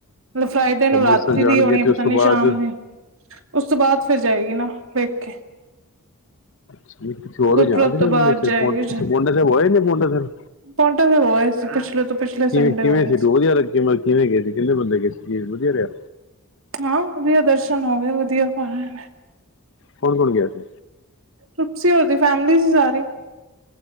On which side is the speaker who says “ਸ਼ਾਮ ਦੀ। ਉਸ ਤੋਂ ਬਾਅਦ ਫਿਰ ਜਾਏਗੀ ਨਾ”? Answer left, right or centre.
Right